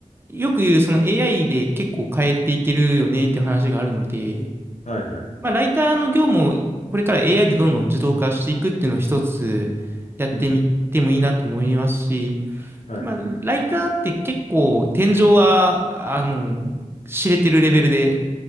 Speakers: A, on the right; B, on the left.
A: よく言う、その AI で結構変えていけるよねっていう話があるので、
B: はいはい。
A: まあ、ライターの業務をこれから AI でどんどん自動化していくっていうのを一つやってみてもいいなと思いますし、
B: うん。はい。
A: まあ、ライターって結構天井は、あの、知れてるレベルで、